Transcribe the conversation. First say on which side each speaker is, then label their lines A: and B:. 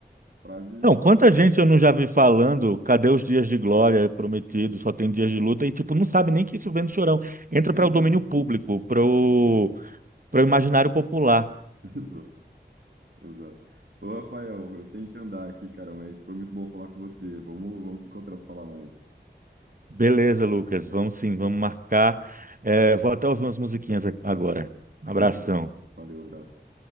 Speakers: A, on the right; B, on the right.
A: frase
B: Não, quanta gente eu não já vi falando, cadê os dias de glória prometidos, só tem dias de luta, e tipo, não sabe nem que isso vem do Chorão. Entra
A: exato,
B: para o domínio público, para o para o imaginário popular.
A: <laughs> exato, exato. Ô, Rafael, eu tenho que andar aqui, cara, mas foi muito bom falar com você. Vamos, vamos se encontrar para falar mais.
B: Beleza, Lucas, vamos sim, vamos marcar. É, vou até ouvir umas musiquinhas a- agora.
A: <laughs>
B: Abração.
A: Valeu, abraço.